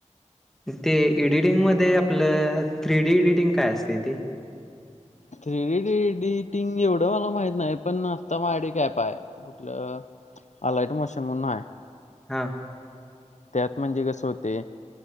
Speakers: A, in the centre; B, on the left.
A: ते एडिटिंगमध्येध्ये आपलं थ्री डी एडिटिंग काय असते ते.
B: थ्री डी डिटिंग एवढं मला माहित नाही पण आता मायडी कॅप आहे कुठलं. आलायट मोशन म्हणून हाय.
A: हां-
B: त्यात म्हणजे कसं होते